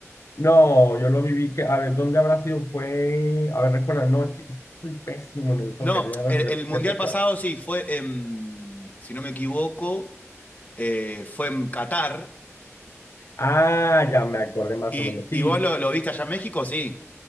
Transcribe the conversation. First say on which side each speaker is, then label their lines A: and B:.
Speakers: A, on the left (about 75°); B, on the left (about 30°).
A: No, yo lo viví, que, a ver, ¿dónde habrá sido? Fue, a ver, recuerda, no, es que, es que soy pésimo en el soccer,
B: No,
A: ya lo
B: el,
A: que te
B: el mundial
A: te platicaba.
B: pasado sí, fue, en, si no me equivoco, eh, fue en Qatar.
A: Ah, ya me acordé más
B: ¿Y,
A: o menos. Sí,
B: y vos lo, lo viste allá en México? Sí.